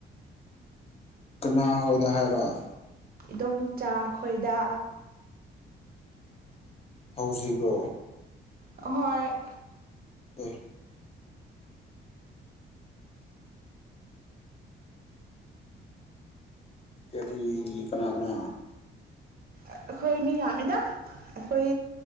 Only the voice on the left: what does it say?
ꯀꯅꯥꯍꯣꯏꯗ ꯍꯥꯏꯕ
ꯑꯀ ꯍꯧꯖꯤꯛꯂꯣ
ꯑꯦ ꯀꯔꯤ ꯀꯅꯥ ꯀꯅꯥ